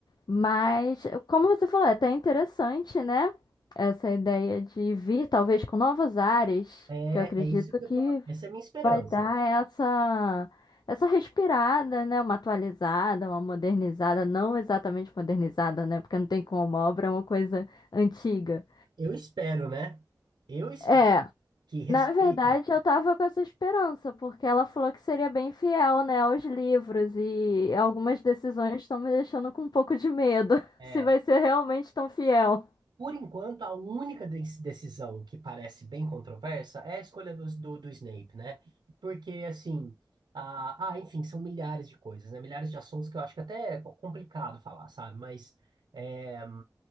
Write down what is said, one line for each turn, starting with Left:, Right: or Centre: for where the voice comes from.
Left: Mas, como você falou, é até interessante, né? Essa ideia de vir, talvez, com novas áreas,
Right: É,
Left: que eu acredito
Right: é isso que
Left: que
Right: eu tô... Essa é a minha esperança.
Left: vai dar essa, essa respirada, né? Uma atualizada, uma modernizada, não exatamente modernizada, né? Porque não tem como, a obra é uma coisa antiga.
Right: Eu espero, né? Eu espero.
Left: É,
Right: que respeitem.
Left: na verdade, eu tava com essa esperança, porque ela falou que seria bem fiel, né, aos livros, e algumas decisões estão me deixando com um pouco de medo, <laughs>
Right: É,
Left: se vai ser realmente tão fiel.
Right: por enquanto, a única des- decisão que parece bem controversa é a escolha do, do, do Snape, né? Porque, assim, ah, ah, enfim, são milhares de coisas, né? Milhares de assuntos que eu acho que até é complicado falar, sabe? Mas é,